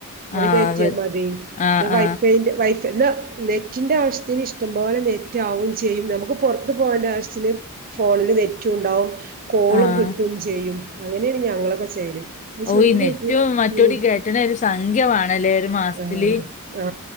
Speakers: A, on the right; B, on the left.
A: അത്
B: ആഹ്
A: കയ്റ്റ്യാ മ ഇന്നാ
B: ആഹ്
A: വൈഫൈന്റെ
B: ആഹ്
A: വൈഫൈ ന്നാ നെറ്റിൻ്റെ ആവശ്യത്തിന് ഇഷ്ടംപോലെ നെറ്റ്വാവും ചെയ്യും നമുക്ക് പുറത്ത് പോകേണ്ട ആവശ്യത്തിന് ഫോണില് നെറ്റും ഉണ്ടാവും കോളും
B: ആഹ്
A: കിട്ടും ചെയ്യും അങ്ങനെയാണ് ഞങ്ങളൊക്കെ ചെയ്യല്. അത്
B: ഓ
A: ശ-
B: ഈ നെറ്റും മറ്റോടിം
A: ഉം
B: കേറ്റണങ്കി ഒരു സംഖ്യവാണല്ലേ ഒരു മാസ ത്തില്
A: ആ ആ,